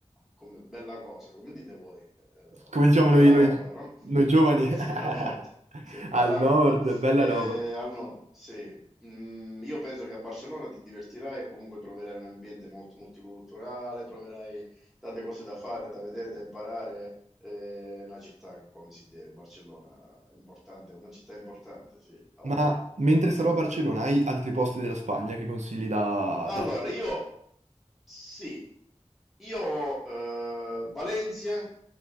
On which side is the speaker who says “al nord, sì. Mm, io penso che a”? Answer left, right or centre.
Centre